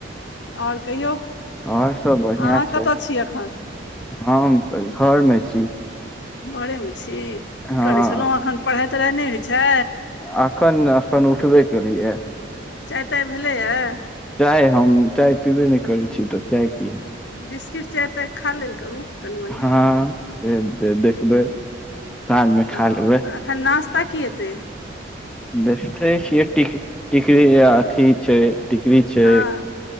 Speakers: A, on the left (about 65°); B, in the centre.
A: आओर कहियौ
B: आओर सब बढ़िया
A: अहाँ
B: छै
A: कतय छी एखन
B: हम तऽ घर मे छी
A: घरे मे छी की
B: हँ
A: करैत छलहुँ एखन पढ़ाई तढ़ाइ नहि होइत छै
B: अखन अखन उठबे केलियै
A: चाय ताय भेलैए आ
B: चाय हम चाय पीबे नहि करै छी तऽ चाय की
A: बिस्कीट चाह ताय खा लेल करू कनि मनि
B: हँ से दे देखबै साँझमे
A: ओ
B: खा लेबै
A: तऽ एखन नास्ता की हेतयेँ
B: देखते छिय टिकरी आ अथी छै टिकरी छै
A: हँ